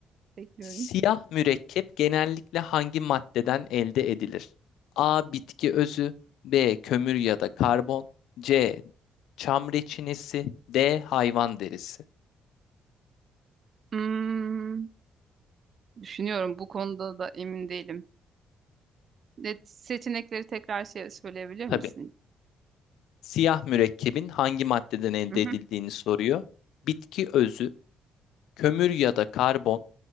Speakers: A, on the right; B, on the left.
A: Bekliyorum.
B: Siyah mürekkep genellikle hangi maddeden elde edilir? A. Bitki özü B. Kömür ya da karbon C. Çam reçinesi D. Hayvan derisi.
A: Hmm, düşünüyorum bu konuda da emin değilim. Net seçenekleri tekrar şey söyleyebilir misin?
B: Tabii. Siyah mürekkebin hangi maddeden elde
A: Hı hı.
B: edildiğini soruyor. Bitki özü, kömür ya da karbon,